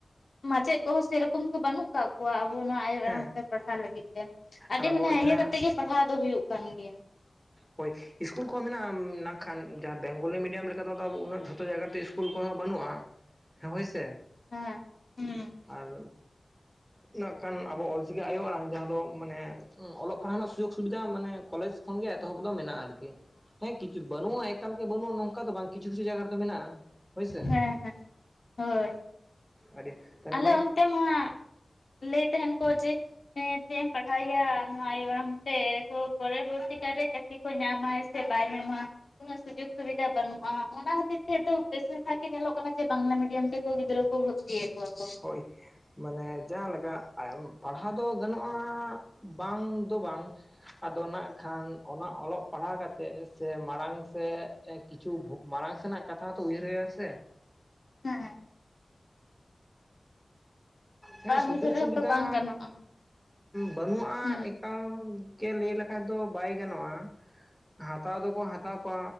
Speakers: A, on the left (about 65°); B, in the centre.
A: ᱢᱟᱪᱮᱫ ᱠᱚᱦᱚᱸ ᱥᱮᱨᱚᱠᱚᱢ ᱛᱚ ᱵᱟᱹᱱᱩᱜ ᱟᱠᱟᱫ ᱠᱚᱣᱟ ᱟᱵᱚ ᱱᱚᱣᱟ ᱟᱭᱳ
B: ᱦᱮᱸ
A: ᱟᱲᱟᱝ ᱛᱮ ᱯᱟᱲᱦᱟᱣ ᱞᱟᱹᱜᱤᱫ ᱟᱹᱰᱤ
B: ᱟᱨ ᱟᱵᱚᱣᱟᱜ
A: ᱢᱟᱱᱮ
B: ᱡᱟᱦᱟᱸ
A: ᱤᱭᱟᱹ ᱠᱟᱛᱮ ᱜᱮ ᱯᱟᱲᱦᱟᱣ ᱫᱚ ᱦᱩᱭᱩᱜ ᱠᱟᱱ ᱜᱮᱭᱟ
B: ᱦᱳᱭ ᱤᱥᱠᱩᱞ ᱠᱚᱦᱚᱸ ᱢᱮᱱᱟᱜᱼᱟᱠᱷᱟᱱ ᱡᱟᱦᱟᱸ ᱵᱮᱝᱜᱚᱞᱤ ᱢᱤᱰᱤᱭᱟᱢ ᱞᱮᱠᱟ ᱛᱮᱫᱚ ᱟ ᱩᱱᱟᱹᱜ ᱡᱷᱚᱛᱚ ᱡᱟᱭᱜᱟᱛᱮ ᱠᱩᱞ ᱠᱚᱦᱚᱸ ᱵᱟᱹᱱᱩᱜᱼᱟ᱾ ᱦᱮᱸ ᱦᱳᱭᱥᱮ
A: ᱦᱮᱸ ᱦᱩᱸ
B: ᱟᱨ ᱱᱟᱜ ᱠᱷᱟᱱ ᱟᱵᱚ ᱚᱞᱪᱤᱠᱤ ᱟᱭᱳ ᱟᱲᱟᱝ ᱡᱟᱦᱟᱸ ᱫᱚ ᱢᱟᱱᱮ ᱚᱞᱚᱜ ᱯᱟᱲᱦᱟᱣ ᱨᱮᱱᱟᱜ ᱥᱩᱡᱳᱜᱽ ᱥᱩᱵᱤᱫᱟ ᱢᱟᱱᱮ ᱠᱚᱞᱮᱡᱽ ᱠᱷᱚᱱ ᱜᱮ ᱮᱛᱚᱦᱚᱵ ᱫᱚ ᱢᱮᱱᱟᱜᱼᱟ ᱟᱨᱠᱤ ᱦᱮᱸ ᱠᱤᱪᱷᱩ ᱵᱟᱹᱱᱩᱜᱼᱟ ᱮᱠᱟᱞ ᱜᱮᱮ ᱵᱟᱹᱱᱩᱜᱼᱟ ᱱᱚᱝᱠᱟ ᱫᱚ ᱵᱟᱝ ᱠᱤᱪᱷᱩ, ᱠᱤᱪᱷᱩ ᱡᱟᱭᱜᱟ ᱨᱮᱫᱚ ᱢᱮᱱᱟᱜᱼᱟ᱾ ᱦᱳᱭᱥᱮ
A: ᱦᱮᱸ ᱦᱮᱸ ᱦᱳᱭ
B: ᱟᱹᱰᱤ ᱛᱟᱨ
A: ᱟᱞᱮ
B: ᱢᱟᱱᱮ
A: ᱚᱱᱛᱮ ᱢᱟ ᱞᱟᱹᱭ ᱛᱟᱦᱮᱱ ᱠᱚ ᱡᱮ ᱮᱸᱻ ᱪᱮᱫ ᱮᱢ ᱯᱟᱲᱦᱟᱣᱮᱭᱟ ᱱᱚᱣᱟ ᱤᱭᱟᱹ ᱦᱮᱸᱥᱮ ᱛᱚ, ᱯᱚᱨᱚᱵᱚᱨᱛᱤ ᱠᱟᱞᱨᱮ ᱪᱟᱹᱠᱨᱤ ᱠᱚ ᱧᱟᱢᱟᱭ ᱥᱮ ᱵᱟᱭ ᱧᱟᱢᱟ ᱩᱱᱟᱹᱜ ᱥᱩᱡᱳᱜᱽ ᱥᱩᱵᱤᱫᱷᱟ ᱵᱟᱹᱱᱩᱜᱼᱟ ᱚᱱᱟ ᱱᱤᱛᱳᱜ ᱫᱚ ᱵᱮᱥᱤᱨ ᱵᱷᱟᱜᱽ ᱜᱮ ᱧᱮᱞᱚᱜ ᱠᱟᱱᱟ ᱡᱮ ᱵᱟᱝᱞᱟ ᱢᱤᱰᱤᱭᱟᱢ ᱛᱮᱠᱚ ᱜᱤᱫᱽᱨᱟᱹ ᱠᱚ ᱵᱷᱚᱨᱛᱤᱭᱮᱫ ᱠᱚᱣᱟ ᱠᱚ
B: ᱦᱳᱭ ᱢᱟᱱᱮ ᱡᱟᱦᱟᱸᱞᱮᱠᱟ ᱯᱟᱲᱦᱟᱣ ᱫᱚ ᱜᱟᱱᱚᱜᱼᱟ ᱵᱟᱝ ᱫᱚ ᱵᱟᱝ ᱟᱫᱚ ᱱᱟᱜ ᱠᱷᱟᱱ ᱚᱱᱟ ᱚᱞᱚᱜ ᱯᱟᱲᱦᱟᱣ ᱠᱟ ᱠᱟᱛᱮᱫ ᱥᱮ ᱢᱟᱲᱟᱝ ᱥᱮᱫ ᱠᱤᱪᱷᱩ ᱵᱷᱩ ᱢᱟᱲᱟᱝ ᱥᱮᱱᱟᱜ ᱠᱟᱛᱷᱟ ᱦᱚᱸᱛᱚ ᱩᱭᱦᱟᱹᱨ ᱦᱩᱭᱩᱜ-ᱟ ᱥᱮ
A: ᱦᱮᱸ
B: ᱦᱮᱸ
A: ᱵᱟᱝ
B: ᱥᱩᱡᱳᱜᱽ
A: ᱩᱭᱦᱟᱹᱨ ᱨᱮᱦᱚᱸ
B: ᱥᱩᱵᱤᱫᱷᱟ
A: ᱛᱚ ᱵᱟᱝ ᱜᱟᱱᱚᱜᱼᱟ
B: ᱵᱟᱹᱱᱩᱜᱼᱟ᱾
A: ᱦᱩᱸ
B: ᱠᱟ ᱜᱮ ᱞᱟᱹᱭ ᱞᱮᱠᱷᱷᱟᱡ ᱫᱚ ᱵᱟᱭ ᱜᱟᱱᱚᱜᱼᱟ ᱦᱟᱛᱟᱣ ᱫᱚᱠᱚ ᱦᱟᱛᱟᱣ ᱠᱚ